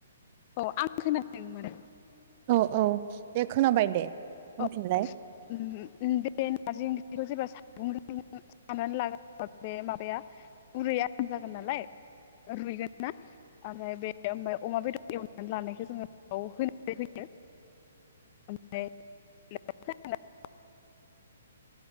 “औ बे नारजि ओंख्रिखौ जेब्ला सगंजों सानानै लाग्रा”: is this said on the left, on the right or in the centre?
Left